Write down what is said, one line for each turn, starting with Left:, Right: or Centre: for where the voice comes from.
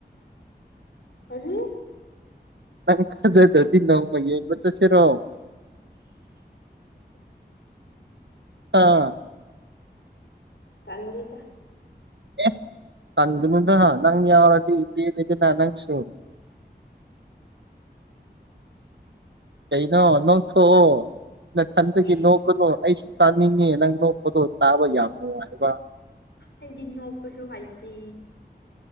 Left: ꯀꯔꯤ
Right: ꯅꯪ ꯊꯖꯗ꯭ꯔꯥꯗꯤ ꯅꯣꯡꯃ ꯌꯦꯡꯕ ꯆꯠꯁꯤꯔꯣ
Left: <inaudible>
Right: ꯑꯥ
Left: ꯇꯟꯅꯤꯗ
Right: ꯑ‌ꯦꯍ ꯇꯟꯒꯅꯨꯗ ꯅꯪ ꯌꯥꯎꯔꯗꯤ ꯄꯦꯜꯂ‌ꯦꯗꯅ ꯅꯪꯁꯨ ꯀꯩꯅꯣ ꯅꯣꯛꯊꯣꯛꯑꯣ ꯅꯊꯟꯗꯒꯤ
Left: ꯍꯦꯛ
Right: ꯅꯣꯛꯀꯅꯨ ꯑꯩꯁꯨ ꯇꯥꯅꯤꯡꯉꯦ ꯅꯪ ꯅꯣꯛꯄꯗ‌ꯣ ꯇꯥꯕ ꯌꯥꯝ ꯅꯨꯡꯉꯥꯏꯕ
Left: ꯑꯩꯗꯤ ꯅꯣꯛꯄꯁꯨ ꯍꯩꯇꯦ